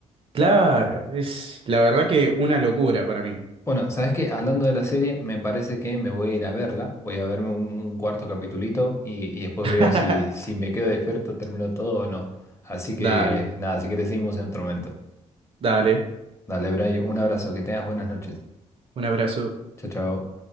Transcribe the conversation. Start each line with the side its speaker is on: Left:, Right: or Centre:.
Right: Claro, es la verdad que una locura para mí.
Left: Bueno, sabes que hablando de la serie, me parece que me voy a ir a verla. Voy a verme un, un cuarto capitulito y, y después
Right: <laughs>
Left: veo si, si me quedo despierto, termino todo o no. Así que
Right: Dale,
Left: nada, si querés seguimos en otro momento.
Right: dale.
Left: Dale, Bray, un abrazo, que tengas buenas noches.
Right: Un abrazo.
Left: Chao, chao.